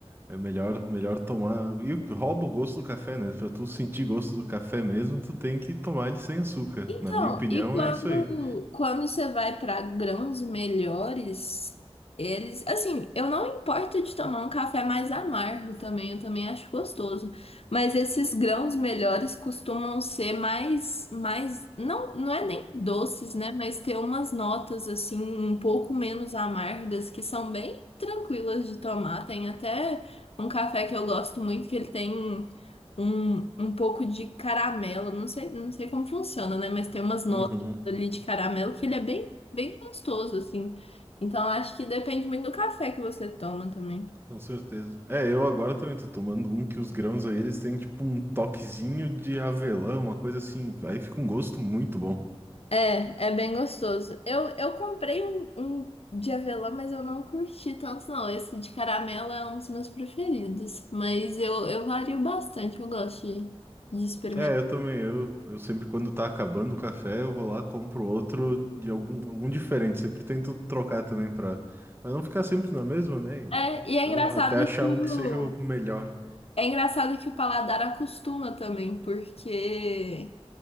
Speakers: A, on the right; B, on the left.
A: É melhor, melhor tomar. E o que rouba o gosto do café, né? Pra tu sentir gosto do café mesmo, tu tem que tomar ele sem açúcar.
B: Então,
A: Na minha opinião,
B: e quando,
A: é isso aí.
B: quando você vai para grãos melhores, eles, assim, eu não importo de tomar um café mais amargo também, eu também acho gostoso, mas esses grãos melhores costumam ser mais, mais, não, não é nem doces, né, mas ter umas notas assim um pouco menos amargas que são bem tranquilas de tomar. Tem até um café que eu gosto muito que ele tem um, um pouco de caramelo. Não sei, não sei como funciona, né? Mas tem umas notas
A: Uhum,
B: ali de caramelo que ele é bem, bem gostoso, assim. Então acho que depende muito do café que você toma também.
A: com certeza. É, eu agora também tô tomando um que os grãos aí, eles têm tipo um toquezinho de avelã, uma coisa assim. Aí fica um gosto muito bom.
B: É, é bem gostoso. Eu, eu comprei um, um de avelã, mas eu não curti tanto, não. Esse de caramelo é um dos meus preferidos. Mas eu, eu vario bastante, eu gosto de, de experimentar.
A: É, eu também. Eu, eu sempre, quando tá acabando o café, eu vou lá, compro outro de algum, algum diferente. Sempre tento trocar também pra. Mas não ficar sempre na mesma, né?
B: É, e é
A: Então,
B: engraçado
A: até achar
B: que o,
A: um que seja o melhor.
B: é engraçado que o paladar acostuma também, porque